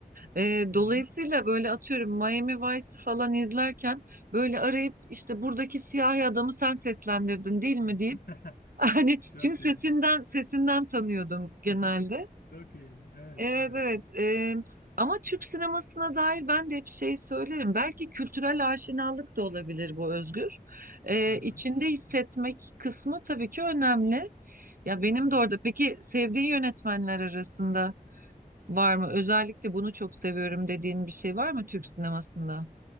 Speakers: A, on the right; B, on the left.
A: Eee,
B: Hı
A: dolayısıyla
B: hı.
A: böyle atıyorum Miami Vice'ı falan izlerken böyle arayıp işte buradaki siyahi adamı sen seslendirdin değil mi deyip
B: <laughs>
A: <laughs> Hani
B: Çok
A: çünkü sesinden
B: iyi.
A: sesinden tanıyordum genelde.
B: <laughs> Çok iyi. Evet,
A: Evet
B: evet.
A: evet. Ee, ama Türk sinemasına dair ben de hep şey söylerim. Belki kültürel aşinalık da olabilir bu Özgür. Ee,
B: Hı hı.
A: içinde hissetmek kısmı tabii ki önemli. Ya benim
B: Evet.
A: de orada. Peki sevdiğin yönetmenler arasında var mı? Özellikle bunu çok seviyorum dediğin bir şey var mı Türk sinemasında?